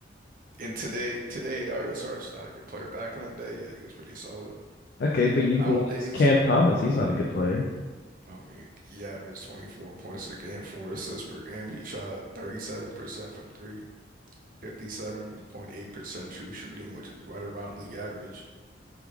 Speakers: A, on the right; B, on the left.
A: And today, today Dario Saric is not a good player. Back in the day, yeah, he was pretty solid.
B: Okay, but you
A: Nowadays,
B: glazed Cam Thomas. He's not a good player.
A: I mean, he averaged 24 points a game, four assists per game. He shot 37% from three, 57.8% true shooting, which is right around league average.